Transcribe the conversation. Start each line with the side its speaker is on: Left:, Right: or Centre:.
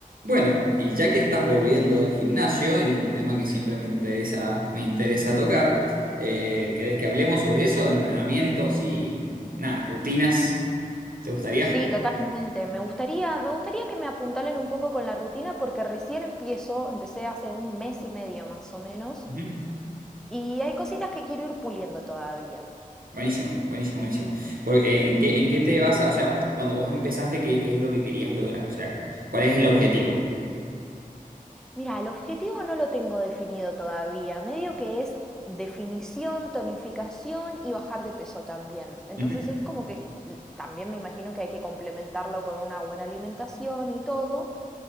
Right: Bueno, y ya que estás volviendo del gimnasio, y es un tema que siempre me interesa, me interesa tocar, eh, ¿querés que hablemos sobre eso? De Entrenamientos y nada, rutinas. ¿Te gustaría?
Centre: Sí, totalmente. Me gustaría, me gustaría que me apuntalen un poco con la rutina porque recién empiezo, empecé hace un mes y medio más o menos,
Right: Ujú.
Centre: y hay cositas que quiero ir puliendo todavía.
Right: Buenísimo, buenísimo, buenísimo. Porque, eh, ¿en qué, en qué te vas a, o sea, cuando vos empezaste, ¿qué, qué es lo que querías lograr? O sea, ¿cuál es el objetivo?
Centre: Mira, el objetivo no lo tengo definido todavía, medio que es definición, tonificación y bajar de peso también. Entonces
Right: Ujú.
Centre: es como que mm, también me imagino que hay que complementarlo con una buena alimentación y todo,